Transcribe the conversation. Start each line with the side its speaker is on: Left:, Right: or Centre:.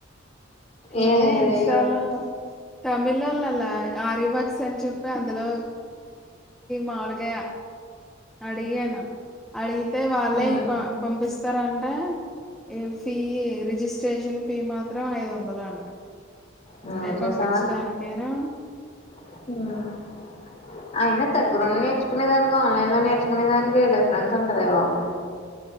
Centre: నేనే
Left: ఏ
Centre: ఇస్తా
Left: అయ్యో
Centre: లో తమిళోళ్ళలా ఆరి వక్స్ అని చెప్పి అందులో మాముగయ అడిగాను అడిగితే వాళ్ళే
Left: మ్మ్
Centre: పంపిస్తారంటే ఏ ఫీయీ రిజిస్ట్రేషన్ ఫీ మాత్రం ఐదువందల అంట
Left: మ్మ్
Centre: అయి
Left: చూసావా
Centre: పంపిచ్చడాానికైనా
Left: <unintelligible> అయినా దగ్గరుండి నేర్చుకునే దానికా ఆన్లైన్ లో నేర్చుకునే దానికి డిఫరెన్స్ ఉంటదే బాబు